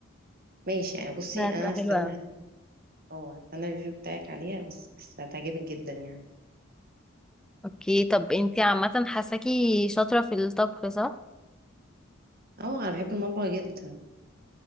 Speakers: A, on the right; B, in the centre.
A: ماشي يعني بصي
B: هتبقى
A: انا
B: حلوه
A: استنى
B: قوي
A: اه استنى الريفيو بتاعك عليها بس بس هتعجبك جدا يعني
B: اوكي طب انتي عامه حاساكي شاطره في الطبخ صح
A: اه انا بحب المطبخ جدا